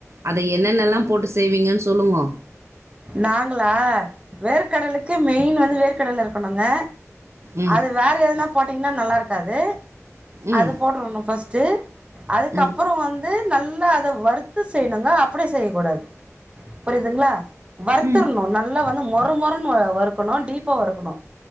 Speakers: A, on the right; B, on the right.
A: அத என்னென்னெல்லா போட்டு செய்வீங்கன் சொல்லுங்கோ
B: நாங்ளா வேர்க்கடலக்கி மெயின் வந்து வேர்க்கடல இருக்கணுங்க
A: ம்.
B: அது வேற எதுனா போட்டிங்னான் நல்லாருக்காது
A: ம்.
B: அது போட்ருணு ஃபஸ்ட்டு அதுக்கப்புறோ
A: ம்.
B: வந்து நல் த அத வறுத்து செய்ணுங்க அப்டே செய்யக்கூடாது புரிதுங்ளா வர்த்தர்ணு
A: ம்.
B: நல்லா வந் மொருமொருன்னு வ வறுக்கணு டீப்பா வறுக்குணு